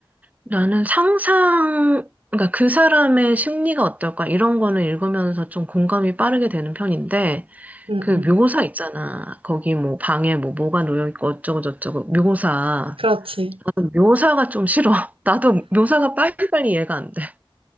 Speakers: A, on the right; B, on the right.
A: 나는 상상, 그러니까 그 사람의 심리가 어떨까 이런 거는 읽으면서 좀 공감이 빠르게 되는 편인데
B: 응,
A: 그
B: 응.
A: 묘사 있잖아. 거기 뭐 방에 뭐 뭐가 놓여 있고 어쩌고 저쩌고 묘사.
B: 그렇지.
A: 나는 묘사가 좀 싫어. <laughs> 나도 묘사가 빨리빨리 이해가 안 돼.